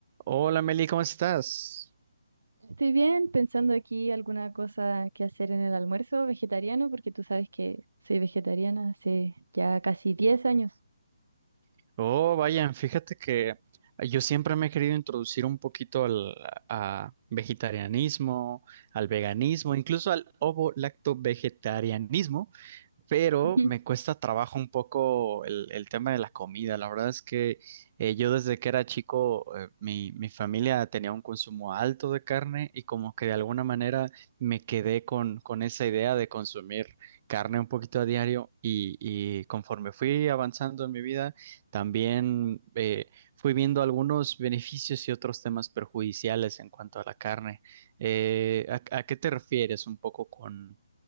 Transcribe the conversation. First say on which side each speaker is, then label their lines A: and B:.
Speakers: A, on the right; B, on the right.
A: Hola Meli, ¿cómo estás?
B: Estoy bien pensando aquí alguna cosa que hacer en el almuerzo vegetariano, porque tú sabes que soy vegetariana hace ya casi diez años.
A: Oh, vayan, fíjate que eh, yo siempre me he querido introducir un poquito al a vegetarianismo, al veganismo, incluso al ovo-lacto-vegetarianismo, pero
B: Ujú.
A: me
B: <laughs>
A: cuesta trabajo un poco el, el tema de la comida. La verdad es que eh, yo desde que era chico, eh, mi, mi familia tenía un consumo alto de carne y como que de alguna manera me quedé con, con esa idea de consumir carne un poquito a diario y, y conforme fui avanzando en mi vida, también eh, fui viendo algunos beneficios y otros temas perjudiciales en cuanto a la carne. Eh, ¿a, a qué te refieres un poco con